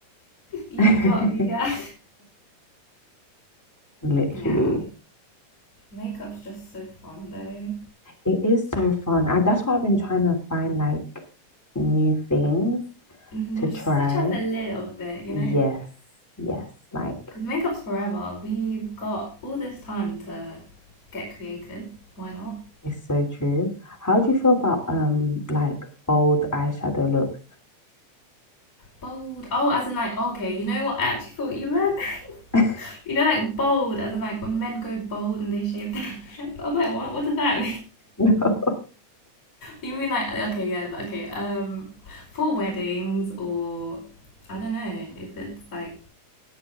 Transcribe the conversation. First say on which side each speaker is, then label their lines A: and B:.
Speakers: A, on the left (about 25°); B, in the centre.
A: You
B: it.
A: got me, yeah.
B: <laughs> Literally.
A: <laughs> Yeah. Makeup's just so fun though.
B: It is so fun. I, that's why I've been trying to find like new things
A: hmm
B: to try.
A: Just switch up a little bit, you
B: Yes,
A: know?
B: yes, like
A: Because makeup's forever. We've got all this time to get creative. Why not?
B: it's so true. How do you feel about um like bold eyeshadow looks?
A: Bold. Oh, as in like, okay, you know what? I actually thought you meant,
B: <laughs>
A: <laughs> you know, like bold, as in like when men go bold and they shave their <laughs> heads. I was like, what? What does that
B: No.
A: You mean like okay, yeah, okay. Um, for weddings or I don't know if it's like